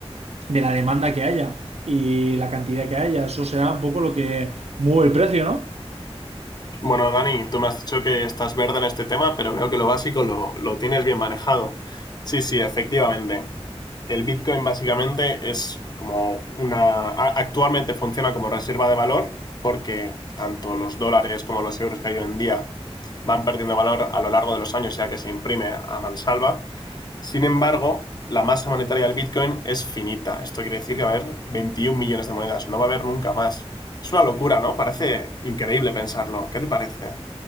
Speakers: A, on the right (about 80°); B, on the left (about 40°).
A: de la demanda que haya y la cantidad que haya. Eso será un poco lo que mueve el precio, ¿no?
B: Bueno, Dani, tú me has dicho que estás verde en este tema, pero veo que lo básico lo, lo tienes bien manejado. Sí, sí, efectivamente. El Bitcoin básicamente es como una... a- Actualmente funciona como reserva de valor porque tanto los dólares como los euros que hay hoy en día van perdiendo valor a lo largo de los años ya que se imprime a mansalva. Sin embargo, la masa monetaria del Bitcoin es finita. Esto quiere decir que va a haber 21 millones de monedas. No va a haber nunca más. Es una locura, ¿no? Parece increíble pensarlo. ¿Qué te parece?